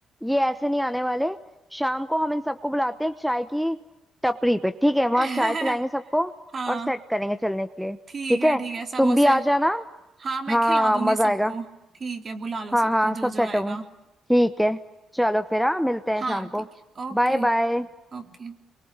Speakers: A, in the centre; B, on the right.
A: ये ऐसे नहीं आने वाले शाम को हम इन सबको बुलाते हैं एक चाय की टपरी पे ठीक है वहां
B: हैं
A: चाय पिलाएंगे सबको
B: <laughs> हाँ
A: और सेट करेंगे चलने के लिए
B: ठीक
A: ठीक
B: है
A: है
B: ठीक है समोसे
A: तुम भी आ जाना
B: हाँ मैं
A: हाँ
B: खिला दूंगी
A: मजा
B: सबको
A: आएगा
B: ठीक है बुला लो सबको
A: हाँ हाँ
B: जो
A: सब
B: जो
A: सेट
B: आएगा
A: होंगे ठीक है चलो फिर हाँ मिलते हैं
B: हाँ
A: शाम को
B: ठीक है ओके
A: Bye bye
B: ओके